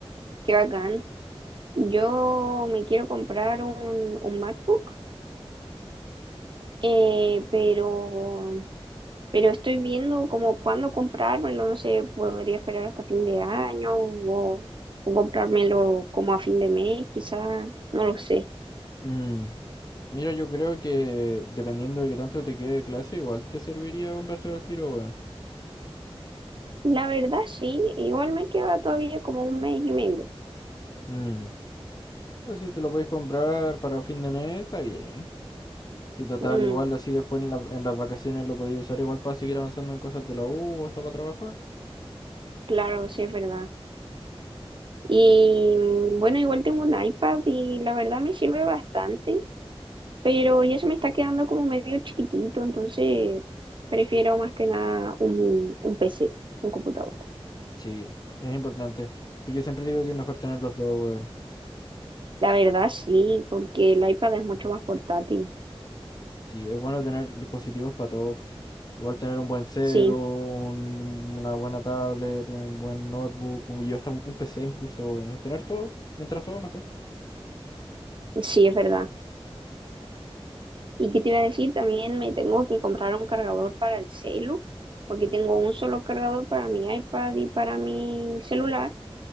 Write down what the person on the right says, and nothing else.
qué bacán. Yo me quiero comprar un, un MacBook, eh, pero, pero estoy viendo como cuándo comprármelo. No sé, podría esperar hasta fin de año o, o comprármelo como a fin de mes, quizás, no lo sé.
La verdad sí, igual me queda todavía como un mes y medio.
Mm.
Claro, sí, es verdad. Y mm, bueno, igual tengo un iPad y la verdad me sirve bastante, pero ya se me está quedando como medio chiquitito, entonces prefiero más que nada un, un PC, un computador.
La verdad sí, porque el iPad es mucho más portátil.
Sí,
sí, es verdad. ¿Y qué te iba a decir? También me tengo que comprar un cargador para el celu, porque tengo un solo cargador para mi iPad y para mi celular.